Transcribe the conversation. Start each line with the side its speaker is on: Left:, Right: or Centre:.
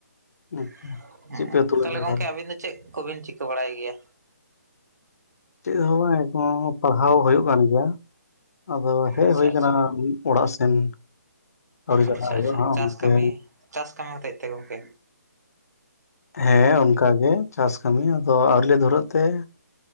Left: ᱟᱪᱪᱷᱟ,
Right: <inaudible>
Left: ᱪᱮᱫ
Right: ᱦᱮᱸ
Left: ᱯᱮ ᱩᱛᱩ ᱞᱮᱫᱟ
Right: ᱛᱟᱦᱚᱞᱮ ᱜᱚᱝᱠᱮ ᱟᱵᱤᱱ ᱫᱚ ᱪᱮᱫ ᱠᱚᱵᱤᱱ ᱪᱤᱠᱟᱹ ᱵᱟᱲᱟᱭ ᱜᱮᱭᱟ
Left: ᱪᱮᱫ ᱦᱚᱸ ᱵᱟᱝ ᱮᱠᱷᱱ ᱯᱟᱲᱦᱟᱣ ᱦᱩᱭᱩᱜ ᱠᱟᱱ ᱜᱤᱭᱟ᱾ ᱟᱫᱚ ᱦᱮᱡ
Right: ᱟᱪᱪᱷᱟ
Left: ᱦᱩᱭ ᱟᱠᱟᱱᱟ
Right: ᱟᱪᱪᱷᱟ
Left: ᱚᱲᱟᱜ ᱥᱮᱱ ᱟᱹᱣᱨᱤ ᱪᱟᱞᱟᱜ
Right: ᱟᱪᱪᱷᱟ
Left: ᱦᱩᱭᱩᱜ-ᱟ
Right: ᱟᱪᱪᱷᱟ
Left: ᱚᱱᱛᱮ
Right: ᱪᱟᱥ ᱠᱟᱹᱢᱤ ᱪᱟᱥ ᱠᱟᱹᱢᱤ ᱦᱚᱛᱮᱡ ᱛᱮ ᱜᱚᱢᱠᱮ
Left: ᱦᱮᱸ ᱚᱱᱠᱟᱜᱮ ᱪᱟᱥ ᱠᱟᱹᱢᱤ ᱟᱫᱚ ᱟᱣᱨᱤᱞᱮ ᱫᱷᱚᱨᱟᱜ ᱛᱮ